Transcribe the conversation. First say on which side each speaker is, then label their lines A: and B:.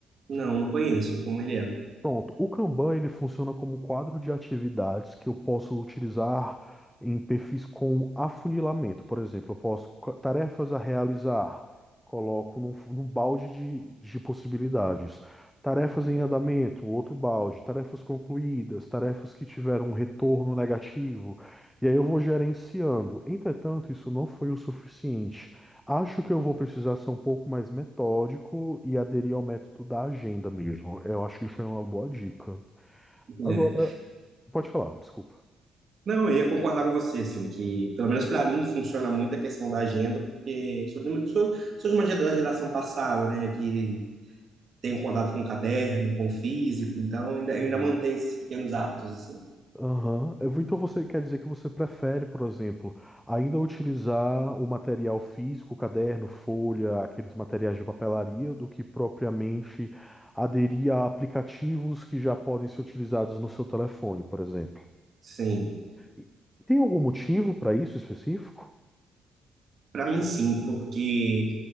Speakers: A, on the right; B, in the centre.
A: Não, não conheço como ele é.
B: Pronto, o Kanban ele funciona como um quadro de atividades que eu posso utilizar em perfis com afunilamento. Por exemplo, eu posso co- tarefas a realizar, coloco num, fu- num balde de, de possibilidades. Tarefas em andamento, outro balde, tarefas concluídas, tarefas que tiveram um retorno negativo. E aí eu vou gerenciando. Entretanto, isso não foi o suficiente. Acho que eu vou precisar ser um pouco mais metódico e aderir ao método da agenda mesmo. Eu acho que isso é uma boa dica. Agora,
A: É.
B: pode falar, desculpa.
A: Não, eu ia concordar com você, assim, que pelo menos para mim funciona muito a questão da agenda, porque sou de uma, sou, sou de uma gera- da geração passada, né, que tem contato com o caderno, com o físico, então ainda, eu
B: Uhum.
A: ainda mantenho esses pequenos hábitos, assim.
B: Aham. Eu vou- Então você quer dizer que você prefere, por exemplo, ainda utilizar o material físico, caderno, folha, aqueles materiais de papelaria, do que propriamente aderir a aplicativos que já podem ser utilizados no seu telefone, por exemplo.
A: Sim.
B: E Tem algum motivo para isso específico?
A: Para mim, sim, porque